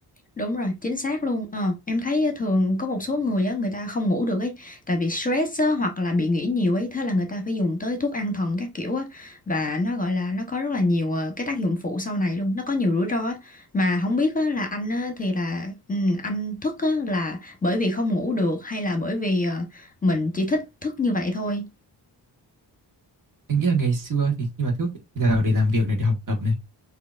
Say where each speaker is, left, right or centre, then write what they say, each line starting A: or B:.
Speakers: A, on the left; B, on the right.
A: đúng rồi chính xác luôn ờ, em thấy á, thường có một số người á người ta không ngủ được ấy tại vì stress á, hoặc là bị nghĩ nhiều ấy thế là người ta phải dùng tới thuốc an thần các kiểu á và nó gọi là nó có rất là nhiều ờ, cái tác dụng phụ sau này luôn nó có nhiều rủi ro á mà không biết á, là anh á, thì là ừ, anh thức á, là bởi vì không ngủ được hay là bởi vì ờ, mình chỉ thích thức như vậy thôi
B: Anh nghĩ là ngày xưa thì khi mà thức thì là để làm việc này, để học tập này,